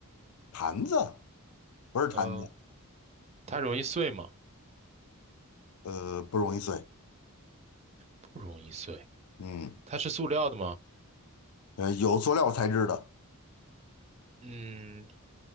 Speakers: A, on the left; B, on the right.
A: 盘子不是盘子，
B: 嗯，它容易碎吗？
A: 呃，不容易碎，
B: 不容易碎。
A: 嗯，
B: 它是塑料的吗？
A: 呃，有塑料材质的。
B: 嗯，